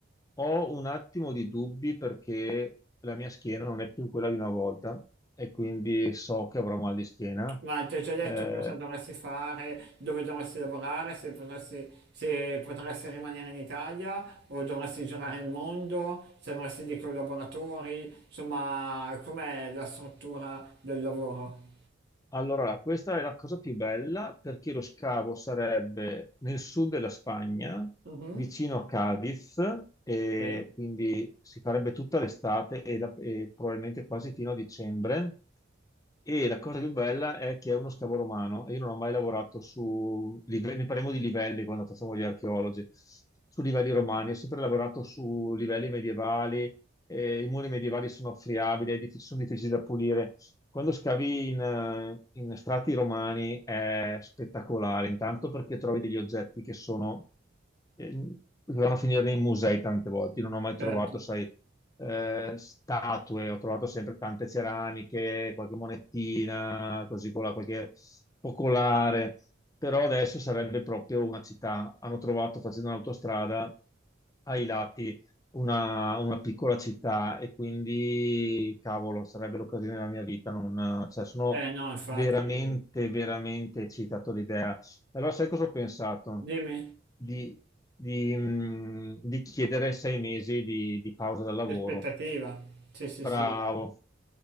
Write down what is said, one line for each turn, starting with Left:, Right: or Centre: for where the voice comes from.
Left: ho un attimo di dubbi perché la mia schiena non è più quella di una volta e quindi so che avrò mal di schiena.
Right: Ma ti ho già detto
Left: Eh,
Right: cosa dovresti fare, dove dovresti lavorare, se potresti, se potresti rimanere in Italia o dovresti girare il mondo, se avresti dei collaboratori, insomma, com'è la struttura del lavoro?
Left: Allora, questa è la cosa più bella perché lo scavo sarebbe nel sud della Spagna,
Right: Mhm,
Left: vicino a Cadiz, e
Right: Sì,
Left: quindi si farebbe tutta l'estate e, la- e probabilmente quasi fino a dicembre. E la cosa più bella è che è uno scavo romano. e Io non ho mai lavorato su livelli, ne parliamo di livelli quando facciamo gli archeologi, su livelli romani, ho sempre lavorato su livelli medievali. eh, I muri medievali sono friabili, è diffic- sono difficili da pulire. Quando scavi in, eh, in strati romani è spettacolare, intanto perché trovi degli oggetti che sono, eh, dovevano finire nei musei tante volte. Io non ho mai trovato,
Right: certo.
Left: sai, eh, statue, ho trovato sempre tante ceramiche, qualche monetina, così con la qualche focolare. Però adesso sarebbe proprio una città. Hanno trovato facendo un'autostrada ai lati una, una piccola città e quindi, cavolo, sarebbe l'occasione della mia vita. Non, cioè, sono
Right: Eh no, infatti,
Left: veramente, veramente eccitato all'idea. Allora, sai cosa ho pensato?
Right: dimmi,
Left: Di, di, mh, di chiedere sei mesi di, di pausa dal lavoro.
Right: l'aspettativa. Sì, sì, sì.
Left: Bravo.